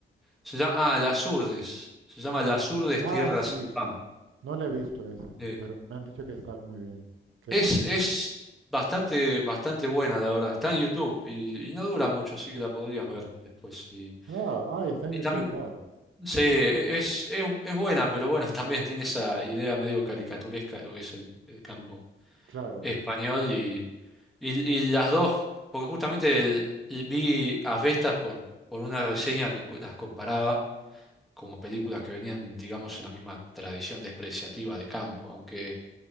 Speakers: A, in the centre; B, on the right.
A: Se llama, ah, Las Urdes. Se llama Las Urdes,
B: Ah,
A: Tierra
B: sí.
A: sin Pan.
B: No la he visto esa,
A: Eh,
B: pero me han dicho que está muy bien. Que
A: es,
B: es, que es-
A: es bastante, bastante buena, la verdad. Está en YouTube y, y no dura mucho, así que la podrías ver después. Y,
B: Ah, ah, y está en
A: y
B: YouTube.
A: también,
B: Ah,
A: sí, e, es, es, es buena, pero bueno, <laughs> también tiene esa idea medio caricaturesca de lo que es el, el campo
B: claro.
A: español y, y, y las dos, porque justamente el- el- vi a Vestas por, por una reseña que cu- las comparaba como películas que venían, digamos, en la misma tradición despreciativa de campo, aunque